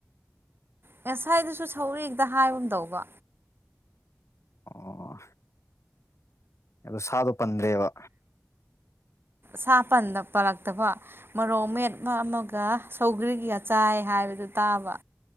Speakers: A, on the right; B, on the left.
A: ꯉꯁꯥꯏꯗꯨꯁꯨ ꯁꯧꯒ꯭ꯔꯤ ꯈꯛꯇ ꯍꯥꯏꯕꯒꯨꯝ ꯇꯧꯕ
B: ꯑꯣ ꯑꯣ ꯑꯗꯣ ꯁꯥꯗꯣ ꯄꯟꯗ꯭ꯔꯦꯕ
A: ꯁꯥ ꯄꯟꯗ ꯄꯥꯂꯛꯇꯕ ꯃꯔꯣꯛ ꯃꯦꯠ ꯑꯃꯒ ꯁꯧꯒ꯭ꯔꯤ ꯆꯥꯏ ꯍꯥꯏꯕꯗꯨ ꯇꯥꯕ